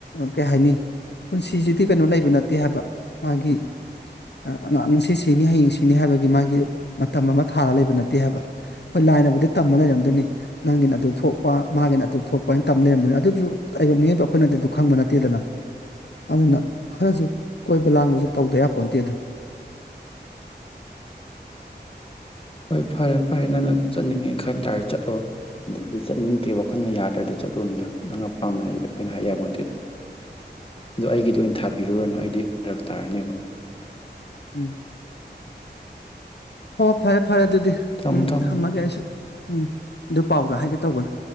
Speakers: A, on the left; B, on the left.
A: ꯀꯩ ꯍꯥꯏꯅꯤ ꯄꯨꯟꯁꯤꯁꯤꯗꯤ ꯀꯩꯅꯣ ꯂꯩꯕ ꯅꯠꯇꯦ ꯍꯥꯏꯕ ꯃꯥꯒꯤ ꯑꯥꯡ ꯉꯁꯤ ꯁꯤꯅꯤ ꯍꯌꯦꯡ ꯁꯤꯅꯤ ꯍꯥꯏꯕꯒꯤ ꯃꯥꯒꯤ ꯃꯇꯝ ꯑꯃ ꯊꯥꯔ ꯂꯩꯕ ꯅꯠꯇꯦ ꯍꯥꯏꯕ ꯂꯥꯏꯅꯕꯨꯗꯤ ꯇꯝꯕ ꯂꯩꯔꯝꯗꯣꯏꯅꯤ ꯅꯪꯒꯤꯅ ꯑꯗꯨ ꯊꯣꯛꯄ ꯃꯥꯒꯤꯅ ꯑꯗꯨ ꯊꯣꯛꯄꯅ ꯇ ꯂꯩꯔꯝꯗꯣꯏꯅꯤ ꯑꯗꯨꯁꯨ ꯑꯏꯕ ꯑꯩꯈꯣꯏꯅꯗꯤ ꯑꯗꯨ ꯈꯪꯕ ꯅꯠꯇꯦꯗꯅ ꯑꯗꯨꯅ ꯈꯔꯁꯨ ꯀꯣꯏꯕ ꯂꯥꯡꯕꯁꯨ ꯇꯧꯗ ꯌꯥ ꯄꯣꯟꯣꯟꯗꯦꯗ <unintelligible>
B: ꯍꯣꯏ ꯐꯔꯦ ꯐꯔꯦ ꯅꯪꯅ ꯆꯠꯅꯤꯡꯉꯦ ꯈꯟꯇꯥꯔꯗꯤ ꯆꯠꯂꯣ ꯑꯗꯒꯤ ꯆꯠꯅꯤꯡꯗꯦ ꯋꯥꯈꯜꯅ ꯌꯥꯗ꯭ꯔꯗꯤ ꯆ ꯆꯠꯂꯨꯗ ꯅꯪꯅ ꯄꯥꯝꯕꯅꯦ ꯑꯗꯨꯏꯗꯤ ꯑꯩꯈꯣꯏꯅ ꯍꯥꯏ ꯌꯥꯕ ꯅꯠꯇꯦꯗꯅ
A: <unintelligible>
B: ꯑꯗꯣ ꯑꯩꯒꯤꯗꯤ ꯑꯣꯏꯅ ꯊꯥꯕꯤꯔꯨꯔꯅꯨ
A: ꯎꯝ
B: ꯑꯩꯗꯤ ꯐꯔꯛ ꯇꯥꯔꯅꯦꯕ
A: ꯎꯝ ꯍꯣ ꯐꯔꯦ ꯐꯔꯦ ꯑꯗꯨꯗꯤ
B: ꯊꯝꯃꯣ
A: ꯎꯝ
B: ꯊꯝꯃꯣ
A: ꯊꯝꯃꯒꯦ ꯑꯩꯁꯨ ꯎꯝ ꯑꯗꯨ ꯄꯥꯎꯗ ꯍꯥꯏꯒꯦ ꯇꯧꯕꯅ